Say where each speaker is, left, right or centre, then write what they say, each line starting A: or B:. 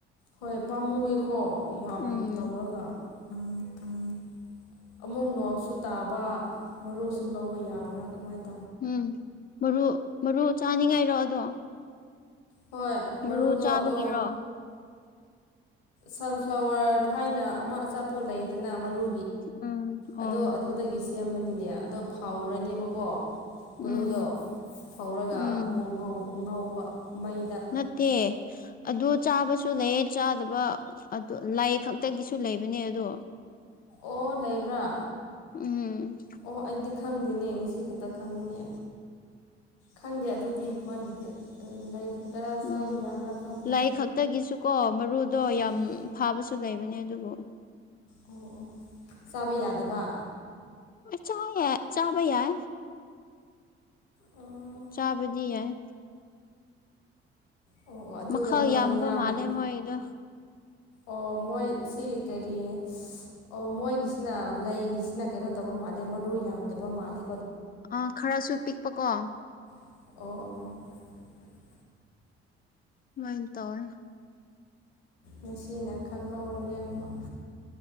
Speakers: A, on the left (about 70°); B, on the left (about 30°).
A: ꯍꯣꯏ ꯄꯥꯝꯃꯨꯋꯦꯀꯣ ꯌꯥꯝ
B: ꯎꯝ
A: ꯇꯧꯔꯒ ꯎꯝ ꯎꯝ ꯑꯃꯨꯛ ꯣꯡꯁꯨ ꯇꯥꯕ ꯃꯔꯨꯁꯨ ꯂꯧꯕ ꯌꯥꯕ꯭ꯔꯥ ꯀꯃꯥꯏꯅ ꯇ
B: ꯎꯝ ꯃꯔꯨ ꯃꯔꯨ ꯆꯥꯅꯤꯉꯥꯏꯔꯣ ꯑꯗꯣ
A: ꯍꯣꯏ ꯃꯔꯨꯗꯣ
B: ꯃꯔꯨ ꯆꯥꯕꯒꯤꯔꯣ
A: ꯑꯗꯣ ꯁꯟꯐ꯭ꯂꯥꯋꯔ ꯍꯥꯏꯅ ꯑꯃ ꯑꯆꯥꯄꯣ ꯂꯩꯗꯅ ꯃꯔꯨ
B: ꯎꯝ ꯑꯣ
A: ꯑꯗꯣ ꯑꯗꯨꯗꯒꯤ ꯁꯦꯝꯕꯅꯤꯅꯦ ꯑꯗꯣ ꯐꯥꯎꯔꯅꯦꯕꯀꯣ
B: ꯎꯝ
A: ꯃꯔꯨꯗꯣ ꯐꯧꯔꯒ
B: ꯎꯝ
A: ꯑꯃꯨꯛ ꯉꯧꯕ ꯃꯩꯗ
B: ꯅꯠꯇꯦ ꯑꯗꯨ ꯆꯥꯕꯁꯨ ꯂꯩꯌꯦ ꯆꯥꯗꯕ ꯑ ꯂꯥꯏ ꯈꯛꯇꯒꯤꯁꯨ ꯂꯩꯕꯅꯦ ꯑꯗꯣ
A: ꯑꯣ ꯂꯩꯕ꯭ꯔꯥ
B: ꯎꯝ
A: ꯑꯣ ꯑꯩꯗꯤ ꯈꯪꯗꯦꯅꯦ ꯉꯁꯤ ꯈꯛꯇ ꯈꯪꯉꯤꯅꯦ ꯈꯪꯗꯦ ꯑꯗꯨꯗꯤ꯭ꯋꯥꯏꯒꯤꯗꯤ ꯂꯩ ꯈꯛꯇꯔ
B: ꯎꯝ
A: ꯆꯥꯕ ꯌꯥꯕ꯭ꯔꯥ ꯈꯪꯗꯦ
B: ꯂꯥꯏ ꯈꯛꯇꯒꯤꯁꯨꯀꯣ ꯃꯔꯨꯗꯣ
A: ꯎꯝ
B: ꯌꯥꯝ ꯐꯥꯕꯁꯨ ꯂꯩꯕꯅꯦ ꯑꯗꯨꯕꯨ
A: ꯑꯣ ꯑꯣ ꯆꯥꯕ ꯌꯥꯗꯕ
B: ꯆꯥ ꯆꯥꯕ ꯌꯥꯏ
A: ꯑꯣ
B: ꯆꯥꯕꯗꯤ ꯌꯥꯏ
A: ꯑꯣ ꯑꯗꯨꯒ
B: ꯃꯈꯥ ꯌꯥꯝꯕ
A: ꯌꯥꯝ
B: ꯃꯥꯜꯂꯦ ꯃꯣꯏꯗꯣ
A: ꯑꯣ ꯃꯣꯏ ꯁꯤ ꯀꯔꯤ ꯑꯣ ꯃꯣꯏꯒꯤꯁꯤꯅ ꯂꯩꯒꯤꯁꯤꯅ ꯀꯩꯅꯣ ꯇꯧꯕ ꯃꯥꯜꯂꯦ ꯃꯔꯨ ꯌꯥꯝꯗꯕ ꯃꯥꯜꯂꯦ
B: ꯑ ꯈꯔꯁꯨ ꯄꯤꯛꯄꯀꯣ
A: ꯑꯣ
B: ꯃꯥꯏ ꯇꯧꯔ
A: ꯃꯁꯤꯅ ꯈꯪꯍꯧꯔꯒꯦ ꯑꯃꯨꯛ